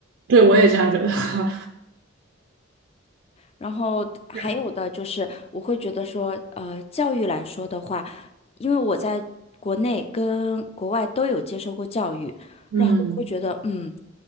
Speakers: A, on the right (about 65°); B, on the left (about 30°).
A: 对，我也这样觉得。<laughs> 是
B: 然后还有的就是，
A: 啊
B: 我会觉得说，呃，教育来说的话，因为我在国内跟国外都有接受过教育，
A: 嗯
B: 然后我会觉得，嗯，